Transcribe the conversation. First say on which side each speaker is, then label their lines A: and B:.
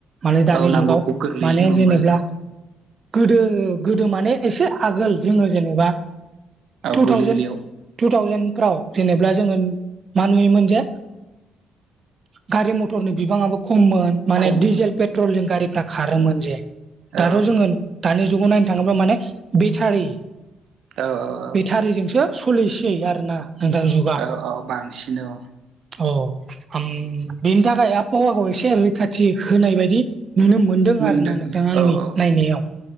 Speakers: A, on the right; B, on the right.
A: माले दानि
B: औ नांगौखौ
A: जुगाव
B: गोरलैयैनो
A: माने
B: मोनबाय
A: जानेब्ला
B: औ
A: गोदो गोदो माने एसे आगोल जोङो जेनबा
B: औ
A: टु
B: गोरलै
A: थावजेन-
B: गोरलैयाव
A: टु थावजेनफ्राव जानेब्ला जोङो मा नुयोमोनजे गारि मथरनि बिबाङाबो खममोन माने
B: खम
A: डिजेल पेट ट्रलिं गारिफ्रा खारोमोन जे दाथ'
B: औ
A: जोङो दानि जुगाव नायनो थाङोब्ला माने बेटारि
B: औ औ।
A: बेथारिजोंसो सोलिसै आरो ना नोंथां जुग
B: औ औ बांसिन औ।
A: औ। हाम बेनि थाखाय आबहावाखौ एसे रैखाथि होनाय बायदि नुनो मोन दों
B: मोनदों
A: आरो ना नोंथाङा आंनि
B: औ औ
A: नायनायाव।